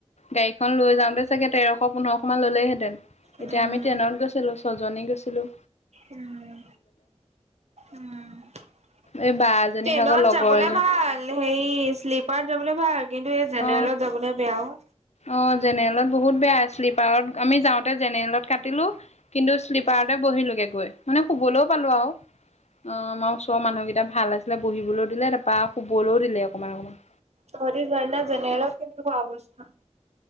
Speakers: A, on the left; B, on the right.
A: গাড়ীখন লৈ যাওঁতে চাগে তেৰশ পোন্ধৰশ মান ল'লেইহেঁতেন।
B: উম,
A: এতিয়া আমি ট্ৰেইনত গৈছিলোঁ ছজনী গৈছিলোঁ।
B: উম, উম। ট্ৰেইনত
A: এই বা এজনী ভাগৰ লগৰ
B: যাবলে
A: এজনী
B: ভাল। হেৰি শ্লিপাৰত যাবলে ভাল, কিন্তু এই জেনেৰেলত
A: অ
B: যাবলে বেয়া অ'।
A: অ', জেনেলত বহুত বেয়া। শ্লিপাৰত আমি যাওঁতে জেনেলত কাটিলোঁ কিন্তু শ্লি পাৰতে বহিলোঁগে গৈ মানে শুবলৈও পালোঁ আৰু অ', আমাৰ ওচৰৰ মানুহকেইটা ভাল আছিলে, বহিবলেও দিলে তাৰপা শুবলেও দিলে অকমান, অকণমান।
B: তহঁতে যোৱা দিনা জেনেৰেলত কেনেকুৱা অৱস্থা?